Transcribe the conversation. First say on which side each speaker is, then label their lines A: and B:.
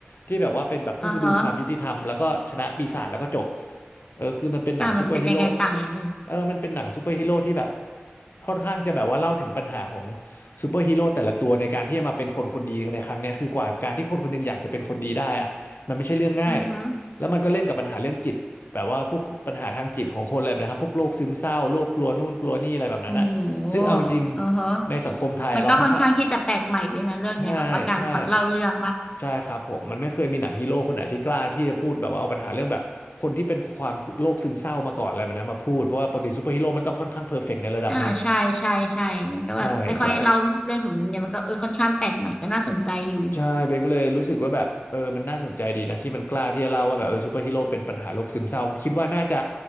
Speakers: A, on the left; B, on the left.
A: ที่แบบว่าเป็นแบบผู้ประดุงความยุติธรรมแล้วก็ชนะปีศาจแล้วก็จบ
B: อ่าฮะ
A: เออคือมันเป็นหนังซูเปอร์ฮีโร่
B: อ่ามันเป็นยังไงต่างยังไง
A: เออมันเป็นหนังซูเปอร์ฮีโร่ที่แบบค่อนข้างจะแบบว่าเล่าถึงปัญหาของซูเปอร์ฮีโร่แต่ละตัวในการที่จะมาเป็นคนคนดีในครั้งเนี้ยคือกว่าการที่คนคนหนึงอยากจะเป็นคนดีได้อะมันไม่ใช่เรื่องง่าย
B: อือฮึ
A: แล้วมันก็เล่นกับปัญหาเรื่องจิตแบบว่าพวกปัญหาทางจิตของคนอะไรแบบนะครับ พวกโรคซึมเศร้าโรคกลัวนู่นกลัวนี่อะไรแบบนั้นอะซึ่งเอาจริงๆในสังคมไทยเราค่อนข้าง
B: โอ้โหอือฮะมันก็ค่อนข้างที่จะแปลกใหม่ด้วยนะเรื่องเนี้ยแบบว่าการพล็อตเล่าเรื่องป่ะ
A: ใช่ใช่ ใช่ครับผมมันไม่เคยมีหนังฮีโร่คนไหนที่กล้าที่จะพูดแบบว่าเอาปัญหาเรื่องแบบคนที่เป็นความซึโรคซึมเศร้ามาก่อนอะไรแบบนั้นมาพูดเพราะว่าปกติซูเปอร์ฮีโร่มันต้องค่อนข้างเพอร์เฟกต์ในระดับหนึ่ง
B: อ่าใช่ใช่ใช่ มันก็แบบไม่ค่อยเล่าเรื่องถึงมุมเนี้ยมันก็เออค่อนข้างแปลกใหม่ก็น่าสนใจอยู่
A: ใช่ใช่ ใช่เบนก็เลยรู้สึกว่าแบบเออมันน่าสนใจดีนะที่มันกล้าที่จะเล่าว่าแบบเออซูเปอร์ฮีโร่เป็นปัญหาโรคซึมเศร้าเพราะคิดว่าน่าจะ